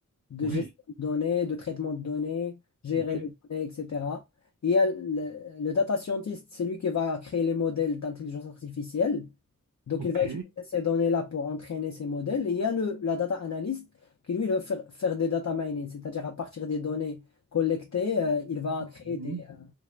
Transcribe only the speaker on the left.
de
gestion de données, de traitement de données, gérer
les données, etc. Il y a le, le data scientist, c'est lui qui va créer les modèles d'intelligence artificielle. Donc,
il va utiliser ces données-là pour entraîner ces modèles. Et il y a le, la data analyst qui, lui, va faire, faire des data mining, c'est-à-dire à partir des données collectées, euh, il va
créer des, euh,